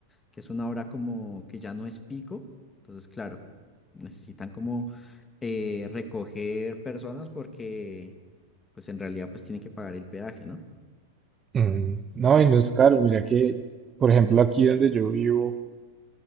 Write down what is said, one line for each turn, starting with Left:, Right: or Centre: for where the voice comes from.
Left: que es una hora como que ya no es pico. Entonces, claro, necesitan como eh, recoger personas porque, pues en realidad, pues tienen que pagar el peaje, ¿no?
Right: Mm, No, y no es caro. Mira que, por ejemplo, aquí donde yo vivo,